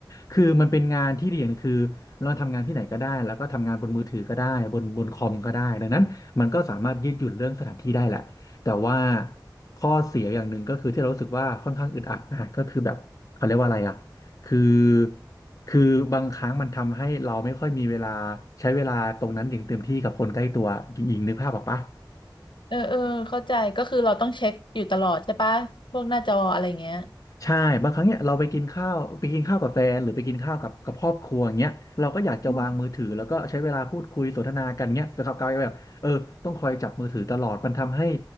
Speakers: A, on the left; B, on the left.
A: คือมันเป็นงานที่ดีอย่างหนึ่งคือเราทำงานที่ไหนก็ได้แล้วก็ทำงานบนมือถือก็ได้บนบนคอมก็ได้ดังนั้นมันก็สามารถยืดหยุ่นเรื่องสถานที่ได้แหละแต่ว่าข้อเสียอย่างหนึ่งก็คือที่เรารู้สึกว่าค่อนข้างอึดอัดนะก็คือแบบเขาเรียกว่าอะไรอ่ะคือ คือบางครั้งมันทำให้เราไม่ค่อยมีเวลาใช้เวลาตรงนั้นอย่างเต็มที่กับคนใกล้ตัวหญิงๆนึกภาพออกปะ
B: เออเออเข้าใจก็คือเราต้องเช็คอยู่ตลอดใช่ปะพวกหน้าจออะไรเงี้ย
A: ใช่บางครั้งเนี่ยเราไปกินข้าวไปกินข้าวกับแฟนหรือไปกินข้าวกับกับครอบครัวอย่างเงี้ยเราก็อยากจะวางมือถือแล้วก็ใช้เวลาพูดคุยสนทนากันเงี้ยแต่กับกลายเป็นแบบเออต้องคอยจับมือถือตลอดมันทำให้
B: อืม